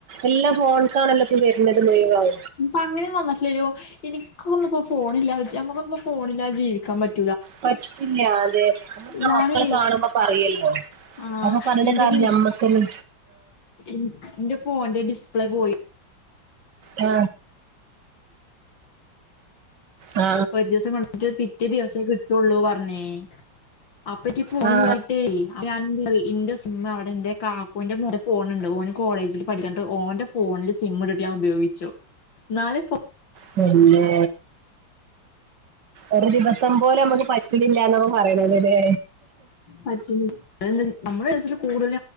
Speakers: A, on the right; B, on the left.
A: എല്ലാം ഫോണക്കാണല്ലാംപ്പ വരുന്നത് മുഴുവൻ
B: ഇ അങ്ങനെന്നുംന്നട്ടല്ലോ എനിക്കൊന്നിപ്പോ ഫോണില്ലാ നഞമ്മുക്കൊന്നി ഫോണില്ലാതെ ജീവിക്കാൻ പറ്റില്ല
A: പറ്റിട്ടില്ല അതെ നമ്മൾപ്പം
B: ഞാനേ
A: മക്കൾ കാണുമ്പോ പറയല്ലോ
B: ആഹ്
A: അതൊന്നും പറഞ്ഞട്ട്
B: ഇന്റെ
A: കാര്യംല്ല
B: വീട്ട്
A: നമ്മക് ത്തനെ
B: എന്റെ ഫോണിന്റെ ഡിസ്പ്ലേ പോയി
A: ആ, ആ,
B: വ്യസം കൊ <unintelligible> ഇത് പിറ്റേ ദിവസേ കിട്ടുള്ളൂ പറഞ്ഞേ അപ്പറ്റി പോണില്ലായിട്ടേ
A: ആ, ആ,
B: ഞാൻ എന്റെ സിംഹ അവിടെ എന്റെ കാക്ക ഓന്റെ മുത ഫോണുണ്ട് ഓന് കോളേജിൽ പഠിക്കുന്നുണ്ട് ഓന്റെ ഫോണില് സിംഇ റ്റ് ഉപയോഗിച്ചു നാെ
A: പിന്നെ ഒരു ദിവസം പോലെ നമുക്ക് പറ്റണി ല്ലന്നോ പറിണത് ലെ
B: പറ്റുന്നു അതെന്ത് നമ്മുടെ കേസിൽ കൂടുതൽ